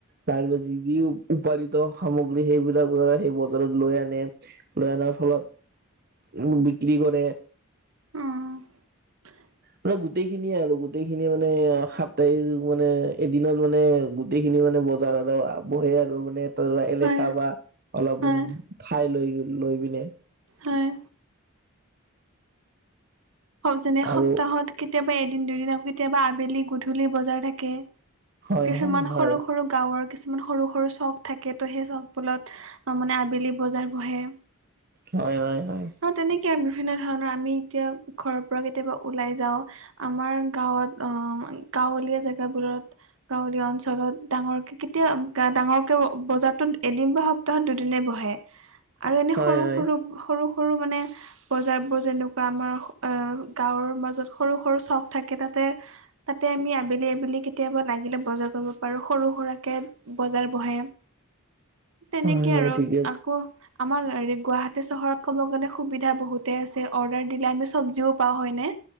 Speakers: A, on the right (about 45°); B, on the right (about 70°).
A: তাৰপিছত যি যি উপৎাদিত সামগ্ৰী সেইবিলাকে সেই বজাৰত লৈ আনে। লৈ অনাৰ ফলত উ বিক্ৰী কৰে
B: উম
A: মানে গোটেইখিনিয়ে আৰু গোটেইখিনিয়ে মানে সাপ্তাহিক মানে এদিনত মানে গোটেইখিনি মানে বজাৰতে আৰু বহো আৰু মানে এলেকা
B: হয়
A: বা অলপমান
B: হয়
A: ঠাই লৈ লৈ পিনে
B: হয় যেনে সপ্তাহত
A: আৰু
B: কেতিয়াবা এদিন দুদিন আকৌ কেতিয়াবা আবেলি গধূলি বজাৰ থাকে
A: হয়
B: কিছুমান
A: হয় হয়
B: সৰু সৰু গাওঁৰ কিছুমান সৰু সৰু চখ থাকে তো সেই চখ বুৰত অ মানে আবেলি বজাৰ বহে
A: হয় হয় হয়
B: অ তেনেকে আৰু বিভিন্ন ধৰণৰ আমি এতিয়া ঘৰৰ পৰা কেতিয়াবা ওলাই যাও। আমাৰ গাঁৱত গাঁৱলীয়া জেগাবোৰত। গাঁৱলীয়া অঞ্চলত ডাঙৰকে কেতিয়া ডাঙৰকে বজাৰতোত এদিন বা সপ্তাহত দুদিনে বহে। আৰু এনে
A: হয়
B: সৰু
A: হয়
B: সৰু সৰু সৰু মানে বজাৰ বোৰ যেনেকুৱা আমাৰ। অ গাঁৱৰ মাজত সৰু সৰু চখ থাকে তাতে। তাতে আমি আবেলি আবেলি কেতিয়াবা লাগিলে বজাৰ কৰিব পাৰো সৰু সুৰাকে বজাৰ বহে। তেনেকে
A: হয় হয়
B: আৰু।
A: ঠিকে
B: কহ আমাৰ এই গুৱাহাটী চহৰত ক'ব গ'লে সুবিধা বহুতে আছে অদাৰ দিলে আমি। চবজিও পাওঁ হয় নে